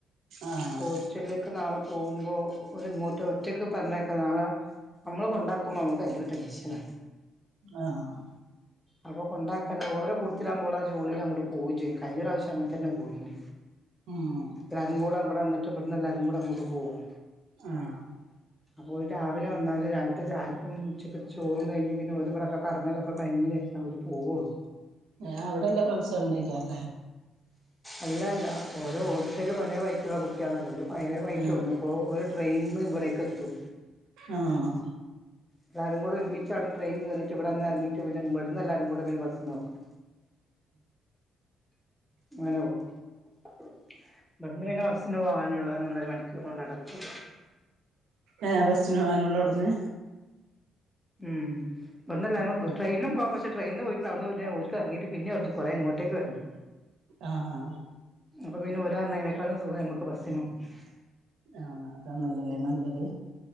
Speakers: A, on the right (about 85°); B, in the centre.
A: ആഹ്
B: ഹോസ്റ്റലിലേക്ക് നാളെ പോവുമ്പോ ഓര് ഇങ്ങോട്ട് ഒറ്റക്ക് പറഞ്ഞയക്ക നാളെ അമ്മള് കൊണ്ടാക്കുമ്പോ അമുക്ക് ഭയങ്കര ടെൻഷനാ
A: ആഹ്
B: അപ്പൊ കൊണ്ടാക്കണ്ട ഓരോ കൂടത്തിലാമ്പോൾ ആ ജോളില് അങ്ങോട്ട് പോവും ചെയ്യും കഴിഞ്ഞ പ്രാവശ്യം അങ്ങനെ തന്നെ പോയിന്
A: ഉം
B: രംഗോറാവുമ്പോ അപ്പന്നിട്ട് ഇബട്ന്ന് എല്ലാരും കൂടെ അങ്ങോട്ട് പോവും
A: ആഹ്
B: അപ്പൊ ഓല് രാവിലെ വന്നാല് രാവിലത്തെ ചായാക്കും ഉച്ചക്ക് ചോറും കഴിഞ്ഞ് പിന്നെ ഓലു ബടക്കെ കറങ്ങലൊക്കെ കഴിഞ്ഞ് കഴി ഞ്ഞ അവര് പോവളൂ
A: ഞാ അവടള്ള ഫ്രൻഡ്സുകൾ ഉണ്ണ്യ്ക്കാറില്ലേ
B: അല്ലല്ല ഓരോ ഹോസ്റ്റലില് പലേവഴിക്കുള്ള കുട്ട്യോളല്ലേ ഓര് പയരെ വൈയ്ക്കോടുന്നു
A: ആഹ്
B: ക്കോ ഓര് ട്രെയിൻ ഇന്ന് ഇവിടെക്കെത്തും
A: ആഹ്
B: എല്ലാരും കൂടെ ഒരുമിച്ച് അവിടുന്ന് ട്രെയിൻ കേറീട്ട് ഇവിടെ വന്ന് ഇറങ്ങിട്ട് പിന്നെ ഇവടന്ന് എല്ലാരും കൂടെ പിന്നെ ബസ സിനോക്കൊ അങ്ങനെ പോവും <unintelligible> ബ്ടന്ന് പിന്നെ ബസിന് പോവാനുള്ളത് ഒന്നര മണിക്കൂർ കൊണ്ട് അങ്ങടെത്തും
A: ആഹ് ബസിന് പോവാനുള്ളൂ ഇവിടുന്ന്
B: ഉം വ്ട്ന്ന്ല്ലാരും കൂടെ
A: ആഹ്
B: ട്രെയിനും പോവാ ബസ് ട്രയിനി പോയിട്ട് അവിന്ന് ഇറങ്ങിട്ട് പിന്ന അവിടുന്ന് കുറെ ഇങ്ങോട്ടേക്ക് വരുന്നു
A: ആഹ്
B: അപ്പൊ പിന്നെ ഒരായിതനേക്കാളും സുഖം നമ്മക്ക് ബസ്സിനോ വ
A: ആഹ അതണല്ലല്ലേ നല്ലത്